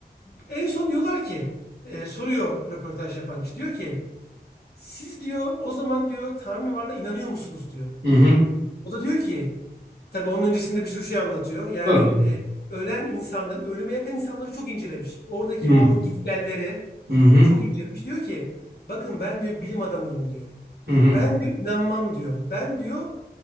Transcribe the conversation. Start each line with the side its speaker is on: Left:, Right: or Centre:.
Left: en son diyorlar ki e, soruyor röportaj yapan kişi diyor ki siz diyor o zaman diyor Tanrı varla inanıyor musunuz diyor.
Right: Hı hı.
Left: O da diyor ki tabii onun öncesinde bir sürü şey anlatıyor. Yani
Right: Doğru.
Left: e, ölen insanların, ölüme yakın insanları çok incelemiş. Oradaki
Right: Hı hı.
Left: o gitgelleri
Right: Hı hı.
Left: çok incelemiş. Diyor ki bakın ben diyor bilim adamıyım diyor.
Right: Hı hı.
Left: Ben diyor inanmam diyor. Ben diyor